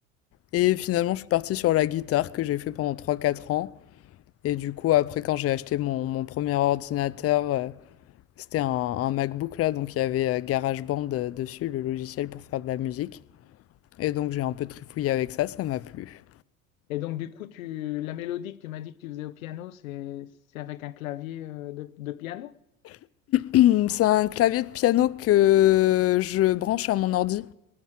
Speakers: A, on the left; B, on the left.
A: Et finalement, je suis partie sur la guitare que j'ai fait pendant trois quatre ans. Et du coup, après, quand j'ai acheté mon, mon premier ordinateur, euh, c'était un, un MacBook là, donc il y avait euh, GarageBand euh, dessus, le logiciel pour faire de la musique. Et donc j'ai un peu trifouillé avec ça, ça m'a plu.
B: Et donc, du coup, tu, la mélodie que tu m'as dit que tu faisais au piano, c'est, c'est avec un clavier euh, de, de piano?
A: Hum, C'est un clavier de piano que je branche à mon ordi.